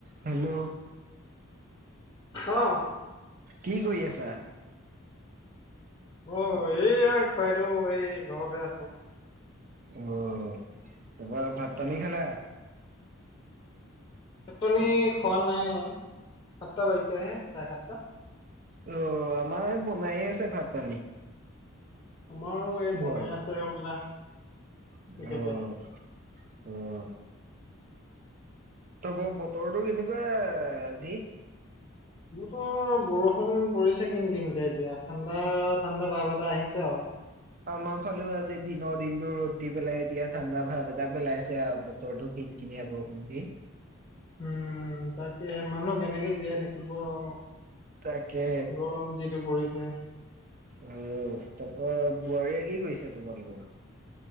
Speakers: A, on the right (about 40°); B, on the left (about 20°).
A: Hello?
B: অ'।
A: কি কৰি আছা?
B: অ' এইয়া খুৰাদেউ এই ঘৰতে আছো।
A: অ' তোমাৰ ভাত পানী খালা?
B: ত পনী খোৱা নাই, সাতটা বাজিছেহে চাৰে সাতটা।
A: অ' আমাৰ বনায়ে আছে ভাত পানী।
B: আমাৰো এই বনাই
A: বোৱাৰী
B: আছে হ'বলা।
A: অ'
B: তেখেতে।
A: অ'। ত ব বতৰটো কেনেকুৱা আজি?
B: মোৰতো বৰষুণ পৰিছে কিন কিনকে এতিয়া ঠাণ্ডা ঠাণ্ডা ভাৱ এটা আহিছে আৰু।
A: আমাৰ ফালে আজি দিনৰ দিনো ৰ'দ দি পেলাই এতিয়া ঠাণ্ডা ভাৱ এটা পেলাইছে তৰটো কিন কিনিয়া বৰষুণ দি
B: উম তাকে মানুহ কেনেকে জীয়াই থাকিব আৰু
A: তাকে।
B: গৰম যিটো পৰিছে।
A: অ' তাৰপৰা বোৱাৰীয়ে কি কৰিছে তোমালোকৰ?